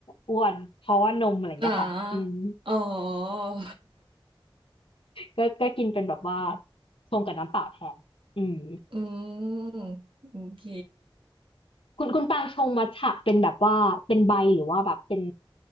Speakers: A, on the left; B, on the right.
A: อ้วนเพราะว่านมอะไรเงี้ยค่ะอืม
B: อ่าอ๋อ <laughs>
A: ก็ก็กินเป็นแบบว่าชงกับน้ำเปล่าแทนอืม
B: อืมโอเค
A: คุณคุณปางชงมัทฉะเป็นแบบว่าเป็นใบหรือว่าแบบเป็น